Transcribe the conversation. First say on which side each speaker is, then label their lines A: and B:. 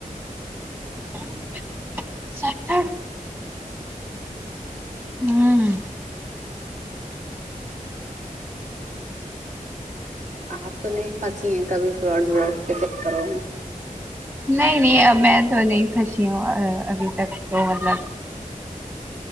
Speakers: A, on the right; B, on the right.
A: <unintelligible> ہوں
B: آپ تو نہیں کھاتی ہیں کبھی فراڈ وراڈ کے چککروں میں
A: نہیں نہیں اب میں تو نہیں پھنسی ہوں ابھی تک تو مطلب